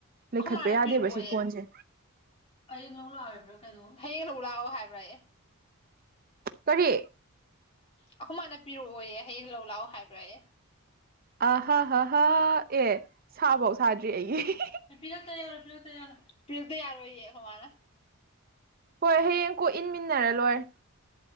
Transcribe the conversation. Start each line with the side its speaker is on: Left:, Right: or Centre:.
Left: ꯈꯣꯏꯃꯥꯅ
Right: ꯂꯩꯈꯠꯄ ꯌꯥꯗꯦꯕ
Left: ꯄꯤꯔꯛꯑꯣꯌꯦ
Right: ꯁꯤ ꯐꯣꯟꯁꯦ
Left: ꯍꯌꯦꯡ ꯂꯧ ꯂꯥꯛꯑꯣꯕ꯭ꯔꯥ ꯀꯩꯅꯗꯣ ꯍꯌꯦꯡ ꯂꯧ ꯂꯥꯛꯑꯣ ꯍꯥꯏꯕ꯭ꯔꯥ ꯑꯦ
Right: ꯀꯔꯤ
Left: ꯑꯩꯈꯣꯏ ꯃꯥꯅ ꯄꯤꯔꯛꯑꯣꯌꯦ ꯍꯌꯦꯡ ꯂꯧ ꯂꯥꯛꯑꯣ ꯍꯥꯏꯕ꯭ꯔꯥ ꯑꯦ
Right: ꯑ ꯍ ꯍꯥ ꯍꯥꯥ ꯑꯦ ꯁꯥꯕꯧ ꯁꯥꯗ꯭ꯔꯤ ꯑꯩꯒꯤ
Left: ꯑꯦ ꯄꯤꯔꯛꯇ ꯌꯥꯔꯣꯏ ꯄꯤꯔꯛꯇ ꯌꯥꯔꯣꯏ ꯄꯤꯔꯛꯇ ꯌꯥꯔꯣꯏꯌꯦ ꯍꯃꯅ
Right: ꯍꯣꯏ ꯍꯌꯦꯡ ꯀꯣꯛ ꯏꯟꯃꯤꯟꯅꯔ ꯂꯣꯏꯔꯦ